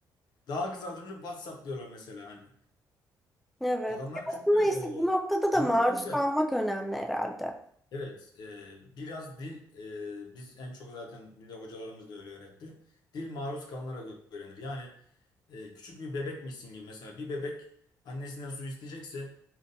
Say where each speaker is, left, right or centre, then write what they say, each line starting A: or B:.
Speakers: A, on the left (about 70°); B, in the centre.
A: Daha kısaltılmış WhatsApp diyorlar mesela hani.
B: Evet.
A: Adamlar
B: Ya Aslında
A: çünkü
B: işte bu
A: e,
B: noktada da
A: günlük
B: maruz
A: dil
B: kalmak
A: de
B: önemli herhalde.
A: evet e, biraz dil e, biz en çok zaten bir de hocalarımız da öyle öğretti. Dil maruz kalınarak öğrenir. Yani e, küçük bir bebekmişsin gibi mesela bir bebek annesinden su isteyecekse